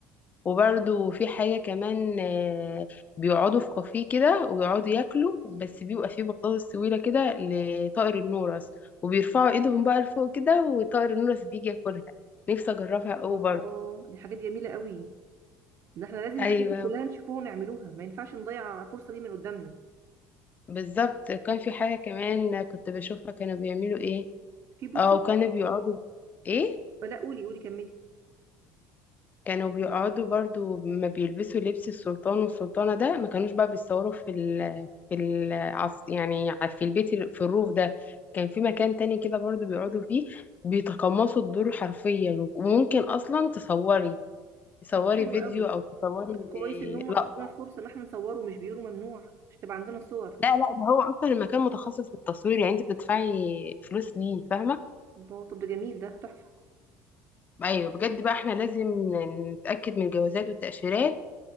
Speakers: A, on the left (about 30°); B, on the right (about 50°).
A: وبرده في حاجة كمان آه، بيقعدوا في كافيه كده ويقعدوا ياكلوا بس بيبقى فيه بطاطس طويلة كده لطائر النورس وبيرفعوا ايدهم بقى لفوق كده وطائر النورس بيجي ياكلها نفسي أجربها أوي
B: الله
A: برضه
B: دي حاجات جميلة قوي ده احنا لازم
A: أيوة
B: الحاجات دي كلها نشوفوها ونعملوها ما ينفعش نضيع الفرصة دي من قدامنا
A: بالظبط كان في حاجة كمان كنت بشوفها كانوا بيعملوا ايه
B: في بصي
A: او كانوا بيقعدوا ايه
B: لا قولي قولي كملي
A: كانوا بيقعدوا برضو ما بيلبسوا لبس السلطان والسلطانة ده ما كانوش بقى بيتصوروا في ال في ال يعني في البيت ال- في الروف ده كان في مكان تاني كده برضو بيقعدوا فيه بيتقمصوا الدور حرفيا وممكن اصلا تصوري تصوري
B: طب ده حلو
A: فيديو
B: قوي
A: او تصوري
B: طب كويس ان هم
A: لا
B: بيدونا فرصة ان احنا نصوره ومش بيقولوا ممنوع مش تبقى عندنا الصور
A: لا لا ده هو اصلا المكان متخصص للتصوير يعني انت بتدفعي فلوس ليه فاهمة
B: الله طب ده جميل ده تحفة
A: ايوه بجد بقى احنا لازم نتاكد من الجوازات والتاشيرات